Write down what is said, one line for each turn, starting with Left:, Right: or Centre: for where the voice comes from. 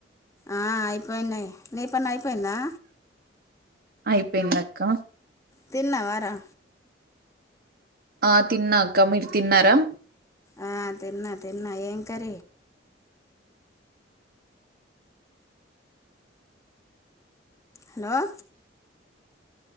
Left: ఆ అయిపోయిందియి నే పని అయిపోయిందా
Right: అయిపోయిందక్క
Left: తిన్నవారా
Right: ఆ తిన్నాక్క మీరు తిన్నారా
Left: ఆ తిన్నా తిన్నా ఏం కర హలో